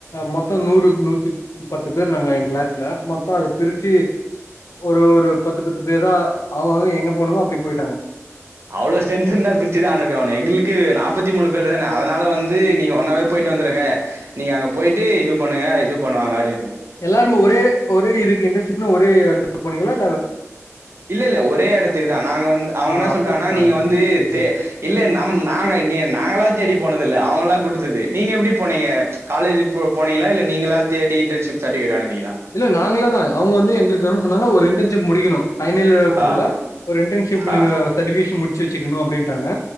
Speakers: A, on the left; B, on the right.
A: மொத்த நூறு நூத்தி பத்து பேரு நாங்க எ கிளாஸ்ல மொத்தோ அத பிரிச்சு ஒரு ஒரு பத்து பத்து பேரா அவுங்கங் எங்க போனுமோ அப்டி போயிட்டாங்க
B: அவ்வுளோ ஸ்ட்ரெந்து இருந்தா பிரிச்சு தானபீ எங்குளுக்கு நாப்பத்தி மூணு பேர் தான அதுனால வந்து இது நீங்க ஒன்னாவே போயிட்டு வந்துருங்க நீங்க அங்க போயிட்டு இதுப் பண்ணுங்க இது பண்ணுவாங்க அப்டின்
A: எல்லாருமே ஒரே ஒரே இதுக்கு இன்டர்ஷிப்னு ஒரே எடுத்து இப்ப போனீங்குளான்
B: இல்ல இல்ல ஒரே எடத்துக்கு தா நாங்க வந்து அவுங்க
A: ஆ
B: என்ன சொல்டாங்கன்னா
A: அப்போ க
B: நீங்க
A: அதுதான்.
B: வந்து
A: ஓ! சரி, சரி.
B: தே இல்ல நம் நாங்க நீ நாங்களா தேடி போனது இல்ல அவுங்குளா குடுத்தது நீங்க எப்டி போனீங்க காலேஜ் போ போனீங்கிளா இல்ல நீங்கிளா தேடி இன்டர்ன்ஷிப் சர்ட்ஃபிகெட் <unintelligible>
A: இல்ல நாங்குளதா அவுங்க வந்து எங்குளுக்கு சொன்னாங்க ஒரு இண்டன் ஜிப் முடிக்கணு ஃபைனீலியர்க்குள்ள
B: ஆ
A: ஒரு இன்டன்ஷிப் நீங்க
B: ஆ
A: ஷட்வீயஷ் முடிச்சி வெச்சிருக்கனு அப்டின்டாங்க